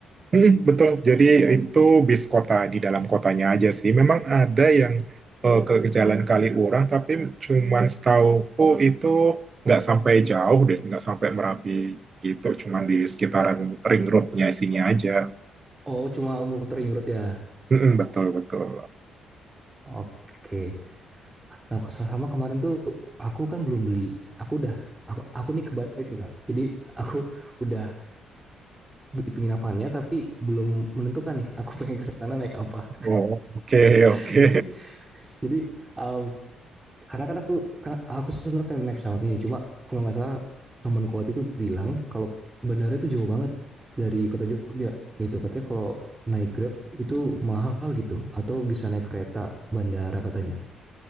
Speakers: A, on the right; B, on the right.
A: Mm, betul. Jadi itu bis kota di dalam kotanya aja sih. Memang ada yang eh, ke ke Jalan Kaliurang, tapi cuman setauku itu nggak sampai jauh deh, nggak sampai Merapi gitu. Cuman di sekitaran ring roadnya sini aja.
B: Oh, cuma muter ring road ya.
A: Mm, betul betul.
B: Oke. Nah, sama kemarin tuh aku kan belum beli. Aku udah, aku, aku nih kebalik nih kak. Jadi aku <laughs> udah beli penginapannya tapi belum menentukan nih. Aku pengen ke sana naik apa.
A: Oh, oke
B: <laughs>
A: oke.
B: Jadi, jadi um, karena kan aku aku sebenarnya pengen naik pesawat nih cuma kalau nggak salah teman kuat itu bilang kalau bandara itu jauh banget dari kota Jogja gitu katanya kalau naik Grab itu mahal gitu atau bisa naik kereta bandara katanya